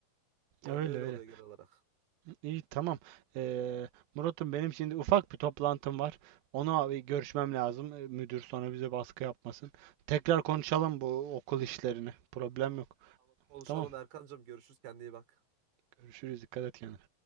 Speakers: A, on the right (about 85°); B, on the right (about 70°).
A: Yani
B: Öyle
A: öyle
B: öyle.
A: oluyor genel olarak.
B: İyi tamam. Ee, Murat'ım benim şimdi ufak bir toplantım var. Ona bir görüşmem lazım. Ee, Müdür sonra bize baskı yapmasın. Tekrar konuşalım bu okul işlerini. Problem
A: Tamam,
B: yok.
A: tamam. Konuşalım
B: Tamam.
A: Erkancığım. Görüşürüz. Kendine iyi bak.
B: Görüşürüz. Dikkat et kendine.